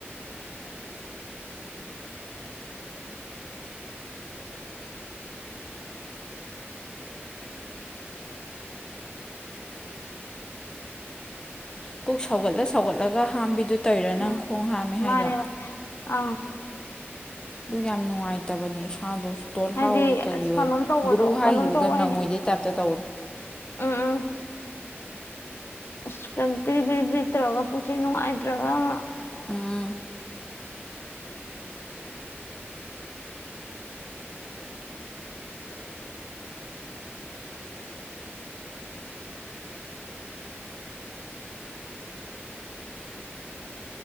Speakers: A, on the left; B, on the left.
A: ꯄꯨꯛ ꯁꯥꯎꯒꯠꯂ ꯁꯧꯒꯠꯂꯒ ꯍꯥꯝꯕꯤꯗꯨ ꯇꯧꯔꯤꯔꯥ
B: ꯎꯝ
A: ꯅꯪ ꯈꯣꯡ ꯍꯥꯝꯃꯦ ꯍꯥꯏꯗꯣ
B: ꯃꯥꯔꯦ ꯑ
A: ꯑꯗꯨ ꯌꯥꯝ ꯅꯨꯡꯉꯥꯏꯇꯕꯅꯦ ꯏꯁꯥꯗꯣꯁꯨ ꯇꯣꯜꯍꯥꯎꯑꯣ
B: ꯍꯥꯏꯗꯤ
A: ꯑꯣꯏ ꯀꯔꯤ
B: ꯑꯁ
A: ꯑꯣꯏ
B: ꯀꯩꯅꯣꯝ ꯇꯧꯕꯗꯣ
A: ꯒꯨꯔꯨ ꯍꯥꯏꯈꯤꯕꯒ
B: ꯀꯩꯅꯣꯝ ꯇꯧꯕ
A: ꯅꯪꯉꯣꯏꯗꯩ ꯇꯥꯏꯞꯇ ꯇꯧ
B: ꯑꯝ ꯑꯁ ꯀ ꯄꯤ ꯄꯤ ꯄꯤꯗ꯭ꯔꯒ ꯄꯨꯁꯤ ꯅꯨꯡꯉꯥꯏꯇ꯭ꯔꯒ ꯑꯃ
A: ꯎꯝ